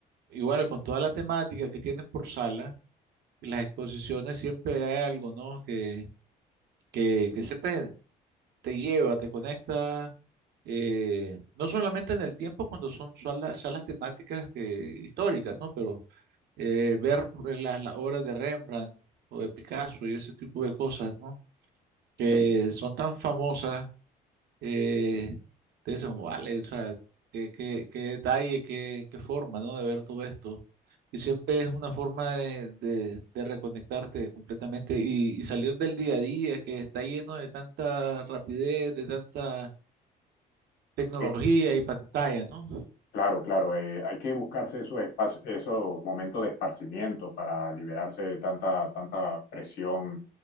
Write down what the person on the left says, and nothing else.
Sí,
sí,
Claro, claro, eh, hay que buscarse esos espacios, esos momentos de esparcimiento para liberarse de tanta, tanta presión